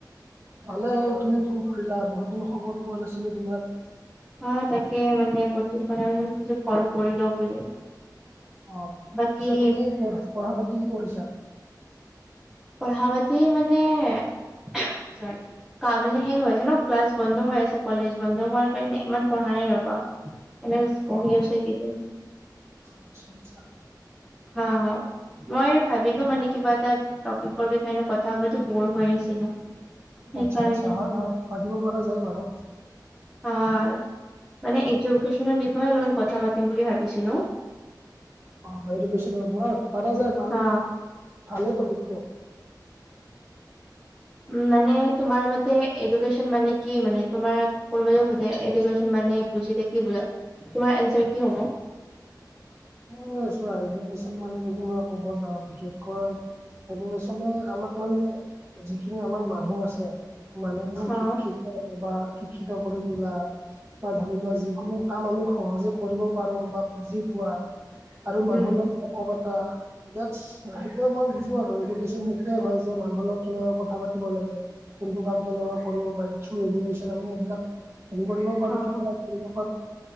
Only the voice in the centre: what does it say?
হয়, তাকে, মানে বহুত দিন কথা পতা নাই, ভাবিছোঁ কল কৰি ল‌ওঁ বুলি।
বাকী
পঢ়া-পাতি মানে <unintelligible> <unintelligible> মানে শেষ হৈছে ন, ক্লাছ বন্ধ হৈ আছে, কলেজ বন্ধ হোৱাৰ কাৰণে ইমান পঢ়া নাই ৰ'বা। এনে কৈছোঁ, পঢ়ি
আছে এইকেইদিন।
হা! মই ভাবিলো মানে কিবা এটা টপিকৰ বিষয়ে এনেই কথা পাতো, বৰ হৈ আছিলো। সেইকাৰণে
অঁ, মানে এজুকেশ্বনৰ বিষয়ে অলপমান কথা পাতিম বুলি ভাবিছিলো।
অ
উম, মানে তোমাৰ মতে এডুকেশ্যন মানে কি মানে তোমাৰ কোনবাই যদি সুধে এডুকেশ্বন মানে বুজিলে কি বুজা? তোমাৰ এনচাৰ কি হ'ব?
অ
উম
অ